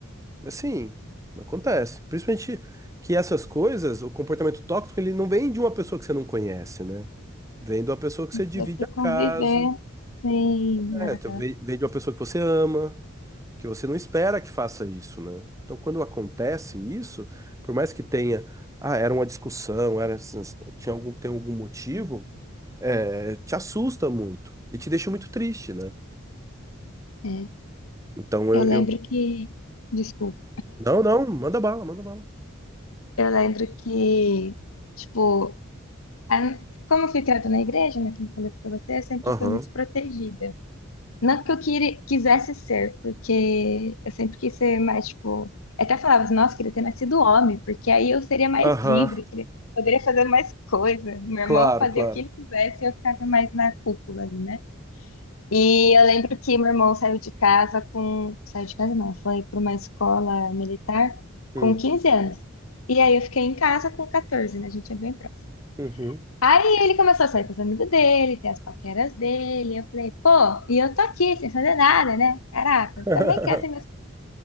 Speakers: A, on the right; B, on the left.
A: Mas sim, acontece. Principalmente que essas coisas, o comportamento tóxico, ele não vem de uma pessoa que você não conhece, né? Vem de uma pessoa que você divide
B: Dá para
A: a
B: conviver
A: casa.
B: sim,
A: É,
B: aham.
A: tu vem vem de uma pessoa que você ama, que você não espera que faça isso, né? Então, quando acontece isso, por mais que tenha, ah, era uma discussão, era, essas- tinha algum, tem algum motivo, é, te assusta muito e te deixa muito triste, né?
B: É.
A: Então, eu,
B: Eu lembro
A: eu-
B: que. Desculpa.
A: não, não, manda bala, manda bala.
B: Eu lembro que, tipo, a- como eu fui criada na igreja, né, como eu falei pra você, eu sempre
A: Aham,
B: fui muito protegida. Não que eu quire- quisesse ser, porque eu sempre quis ser mais, tipo. eu Até falava assim, nossa, queria ter nascido homem, porque aí eu seria mais
A: aham,
B: livre, queria- poderia fazer mais coisa. Meu
A: claro,
B: irmão fazia
A: claro.
B: o que ele quisesse e eu ficava mais na cúpula ali, né? E eu lembro que meu irmão saiu de casa com. Saiu de casa não, foi para uma escola militar
A: Hum,
B: com 15 anos. E aí eu fiquei em casa com 14, né? A gente é bem próximo.
A: uhum.
B: Aí ele começou a sair com os amigos dele, ter as paqueras dele. Eu falei, pô, e eu tô aqui sem fazer nada, né? Caraca,
A: <laughs>
B: eu também quero ter meus.